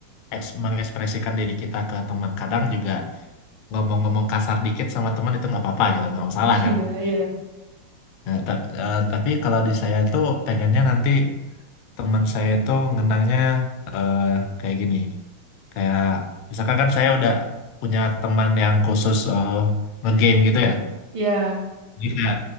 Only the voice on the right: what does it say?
Hmm.
<laughs>
Iya, iya,
iya.